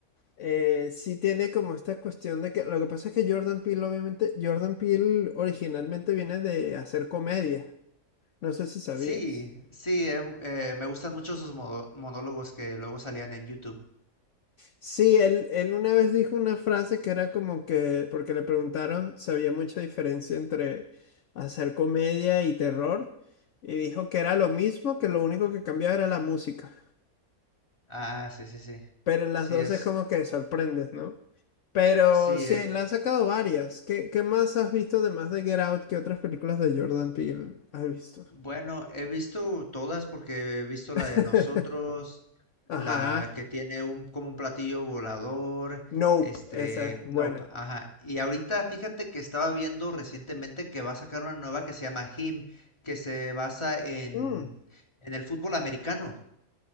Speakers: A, on the left (about 60°); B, on the left (about 20°).
A: eh, sí tiene como esta cuestión de que lo que pasa es que Jordan Peele, obviamente, Jordan Peele originalmente viene de hacer comedia. No sé si sabías.
B: Sí, sí, em, eh, me gustan mucho sus modo- monólogos que luego salían en YouTube.
A: Sí, él, él una vez dijo una frase que era como que, porque le preguntaron si había mucha diferencia entre hacer comedia y terror, y dijo que era lo mismo, que lo único que cambiaba era la música.
B: Ah, sí, sí, sí.
A: Pero en las
B: Sí,
A: dos
B: es,
A: es como que sorprendes, ¿no? Pero
B: sí,
A: sí,
B: eh,
A: le han sacado varias. ¿Qué, qué más has visto además de Get Out? ¿Qué otras películas de Jordan Peele has visto?
B: Bueno, he visto todas porque he visto
A: <laughs>
B: la de nosotros,
A: Ajá.
B: la que tiene un como un platillo volador,
A: Nope,
B: este,
A: esa es buena.
B: nope, ajá. Y ahorita fíjate que estaba viendo recientemente que va a sacar una nueva que se llama Him, que se basa en
A: Mm,
B: en el fútbol americano.